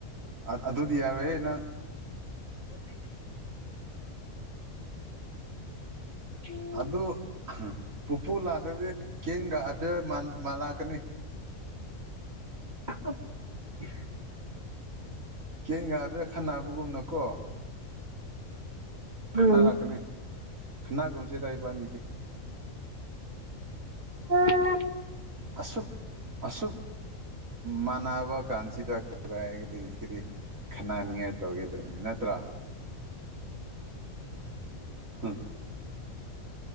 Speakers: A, on the right; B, on the right.
A: ꯑ ꯑꯗꯨꯗꯤ ꯌꯥꯔꯣꯏꯍꯦ ꯅꯪ
B: ꯏꯕ‌ꯦꯝ
A: ꯑꯗꯨ ꯄꯨꯄꯨ ꯂꯥꯛꯈ꯭ꯔꯗꯤ ꯀꯦꯡꯒ ꯑꯗꯩ ꯃꯟ ꯃꯥꯜꯂꯛꯀꯅꯤ
B: <inaudible>
A: ꯀꯦꯡꯒ ꯑꯗꯨ ꯈꯠꯅꯒꯨꯝꯅꯀꯣ
B: ꯎꯝ
A: ꯈꯠꯅꯥꯔꯛꯀꯅꯤ ꯈꯠꯅꯥꯒꯨꯝꯁꯦꯗ ꯏꯕꯟꯅꯤꯗꯤ
B: ꯎꯝ
A: ꯑꯁꯨꯛ ꯑꯁꯨꯛ ꯃꯥꯟꯅꯕ ꯀꯥꯟꯁꯤꯗ ꯀꯒ ꯀꯔꯤ ꯀꯔꯤ ꯈꯠꯅꯅꯤꯡꯉꯥꯏ ꯇꯧꯈꯤꯗ꯭ꯔꯕ ꯅꯠꯇ꯭ꯔ ꯍꯝ